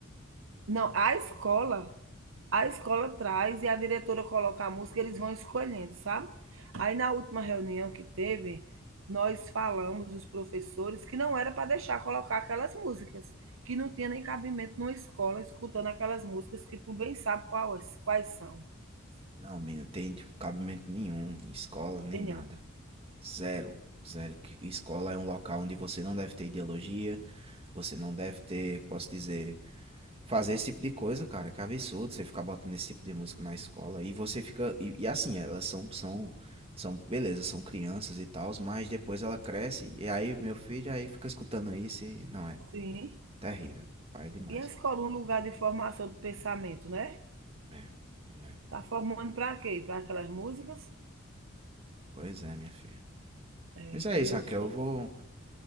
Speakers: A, on the right; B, on the right.
A: Não, a escola A escola traz e a diretora coloca a música, eles vão escolhendo, sabe? Aí na última reunião que teve, nós falamos, os professores, que não era para deixar colocar aquelas músicas, que não tinha nem cabimento numa escola escutando aquelas músicas que tu bem sabe quais, quais são,
B: Não, menina, tem tipo, cabimento nenhum, em escola nem
A: entendeu?
B: nada. Zero. Zero. Que- que Escola é um local onde você não deve ter ideologia, você não deve ter, posso dizer fazer esse tipo de coisa, cara, que absurdo você ficar botando esse tipo de música na escola e você fica e, e assim, elas são são são beleza, são crianças e tal, mas depois ela cresce e aí meu filho aí fica escutando isso e não é
A: Sim.
B: terrível, pai é demais.
A: E a escola, um lugar de formação do pensamento, né?
B: É, não é.
A: Tá formando para quê? Para aquelas músicas?
B: Pois é, minha filha.
A: É,
B: Mas é
A: Eu
B: isso, Raquel,
A: sou.
B: eu vou